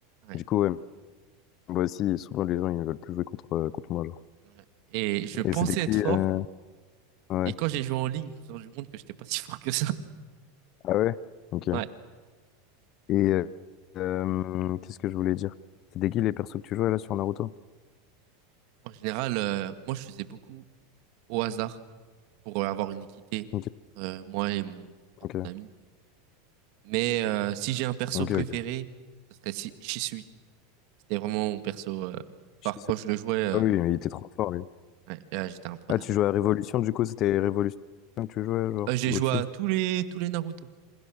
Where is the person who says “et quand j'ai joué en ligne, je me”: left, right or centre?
Right